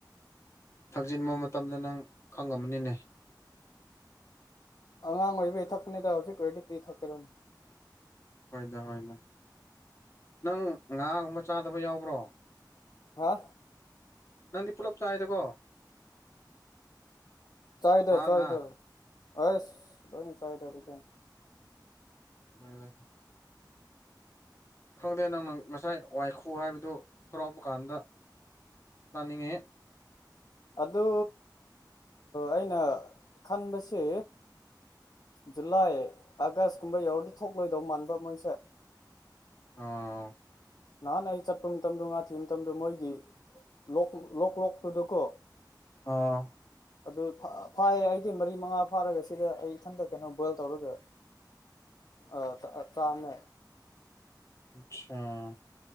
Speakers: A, on the left; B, on the left.
A: ꯊꯛꯖꯤꯟꯕ ꯃꯇꯝꯗ ꯅꯪ ꯈꯪꯉꯝꯃꯅꯤꯅꯦ
B: ꯑꯉꯥꯡ ꯑꯣꯏꯕꯩ ꯊꯛꯄꯅꯤꯗ ꯍꯧꯖꯤꯛꯀꯤ ꯑꯣꯏꯗꯤ ꯀ꯭ꯔꯤ ꯊꯛꯀꯔꯣꯅꯦ
A: ꯍꯣꯏꯅꯦ ꯍꯣꯏꯅꯦ ꯅꯪ ꯉꯥꯒꯨꯝꯕ ꯆꯥꯗꯕ ꯌꯥꯎꯕ꯭ꯔꯣ
B: ꯋꯥ
A: ꯅꯪꯗꯤ ꯄꯨꯂꯞ ꯆꯥꯏꯗꯀꯣ
B: ꯆꯥꯏꯗꯥ
A: ꯁꯥ
B: ꯆꯥꯏꯗ
A: ꯉꯥ
B: ꯍꯁ ꯂ ꯆꯥꯏꯗꯥ ꯇ
A: ꯍꯗ ꯈꯪꯗꯦ ꯅꯪꯅ ꯉꯁꯥꯏ ꯋꯥꯏꯈꯨ ꯍꯥꯏꯕꯗꯨ ꯊꯣꯔꯥꯎꯄ ꯀꯥꯟꯗ ꯔꯅꯤꯡꯉꯦ
B: ꯑꯗꯨ ꯑꯩꯅ ꯈꯟꯁ ꯖꯨꯂꯥꯏ ꯑꯥꯒꯁꯀꯨꯝꯕ ꯌꯧꯔꯗꯤ ꯊꯣꯛꯂꯣꯏꯗꯧ ꯃꯥꯟꯕ ꯃꯣꯏꯁꯦ
A: ꯑꯥ
B: ꯅꯍꯥꯟ ꯑꯩ ꯆꯠꯄ ꯃꯇꯝꯗꯣ ꯉꯥ ꯊꯤꯕ ꯃꯇꯝꯗꯣ ꯃꯣꯏꯒꯤ ꯂꯣꯛ ꯂꯣꯛ ꯂꯣꯛꯇꯨꯗꯀꯣ
A: ꯑꯥ
B: ꯑꯗꯨ ꯐꯥꯏꯌꯦ ꯑꯩꯗꯤ ꯃꯔꯤ ꯃꯉꯥ ꯐꯥꯔꯒ ꯁꯤꯗ ꯑꯩ ꯏꯊꯟꯇ ꯀꯩꯅꯣ ꯕꯣꯏꯜ ꯇꯧꯔꯒ ꯑ ꯆꯃꯦ
A: ꯑꯆꯥꯥ